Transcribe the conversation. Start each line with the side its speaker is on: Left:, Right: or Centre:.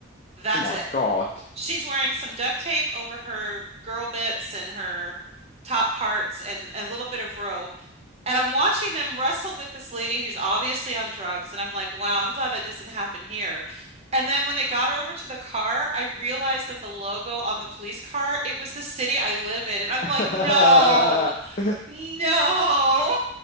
Right: That's
Left: Oh my
Right: it.
Left: God.
Right: She's wearing some duct tape over her girl bits and her top parts and a little bit of rope and I'm watching them wrestle with this lady who's obviously on drugs. And I'm like, wow, I'm glad that doesn't happen here. And then when they got her over to the car, I realized that the logo on the police car, it was the city I live in. And I'm
Left: <laughs>
Right: like, no, no,